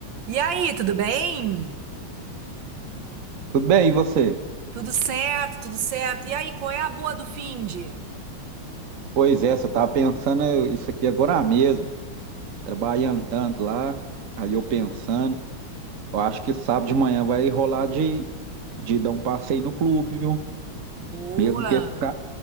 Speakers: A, on the right; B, on the right.
A: E aí, tudo bem?
B: Tudo bem, e você?
A: Tudo certo, tudo certo. E aí, qual é a boa do finde?
B: Pois é, eu estava pensando eu- isso aqui agora mesmo, trabalhando tanto lá, aí eu pensando, eu acho que sábado de manhã vai rolar de, de dar um passeio no clube, viu?
A: Boa.
B: Mesmo que esse, ca-